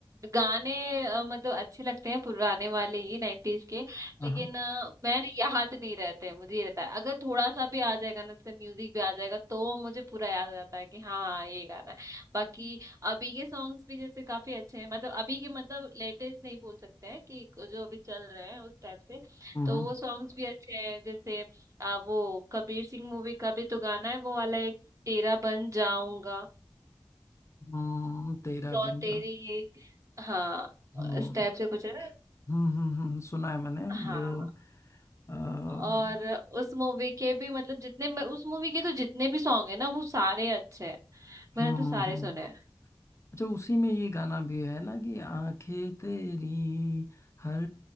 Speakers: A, on the right (about 40°); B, on the left (about 30°).
A: गाने अ, मतलब अच्छे लगते हैं पुराने वाले ही नाइन्टीज के
B: हाँ
A: लेकिन अ, मैं ना याद नहीं रहते हैं, मुझे ये रहता है अगर थोड़ा सा भी आ जाएगा ना जैसे म्यूजिक भी आ जाएगा तो मुझे पूरा याद आ जाता है कि हाँ हाँ, ये गाना है बाकी अभी के सॉन्ग्स भी जैसे काफी अच्छे हैं मतलब अभी के मतलब लेटेस्ट नहीं बोल सकते हैं कि जो अभी चल रहे हैं उस टाइप से
B: हम्म
A: तो वो सॉन्ग्स भी अच्छे हैं जैसे अ, वो कबीर सिंह मूवी का भी तो गाना है वो वाला एक तेरा बन जाऊंगा
B: हम्म, तेरा
A: और
B: बन जाओ
A: तेरी ये हाँ
B: हम्म
A: स्टेप
B: हम्म
A: से पूछे ना
B: हम्म हम्म, हम्म, सुना है मैंने
A: हाँ
B: वो अ, हम्म
A: और उस मूवी के भी मतलब जितने मैं उस मूवी के तो जितने भी सॉन्ग है ना वो सारे अच्छे हैं मैंने
B: हम्म
A: तो सारे सुने हैं
B: अच्छा उसी में ये गाना भी है ना कि आंखें तेरी हर